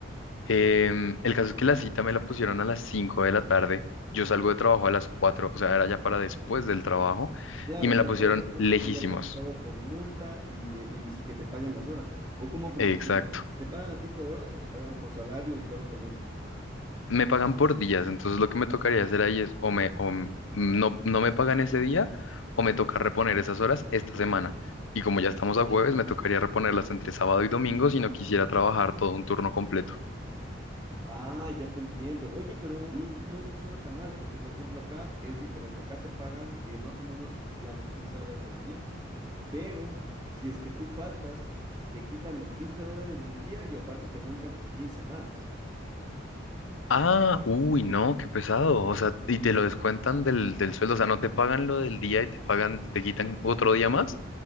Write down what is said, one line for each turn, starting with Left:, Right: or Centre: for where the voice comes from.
Left: Em, el caso es que la cita me la pusieron a las 5 de la tarde, yo salgo de trabajo a las 4, o sea, era ya para después del trabajo,
Right: Claro,
Left: y me
Right: o sea,
Left: la pusieron
Right: para ese punto
Left: lejísimos.
Right: tú ya habías estado con multa y, de, y sin que te paguen las horas. ¿O cómo funciona
Left: Exacto.
Right: ya? ¿Te pagan a ti por horas o te pagan por salario y solo te multan?
Left: me pagan por días, entonces lo que me tocaría hacer ahí es o me o m- no, no me pagan ese día o me toca reponer esas horas esta semana. Y como ya estamos a jueves, me tocaría reponerlas entre sábado y domingo si no quisiera trabajar todo un turno completo.
Right: Ah, ya te entiendo. Oye, pero mm, no, no suena tan mal, porque por ejemplo acá es diferente. Acá te pagan eh, más o menos, digamos, 15 dólares el día, pero si es que tú faltas, te quitan los 15 dólares del día y aparte te multan con 15 más.
Left: Ah, uy, no, qué pesado. O sea, y te lo descuentan del, del sueldo, o sea, no te pagan lo del día y te pagan, te quitan otro día más.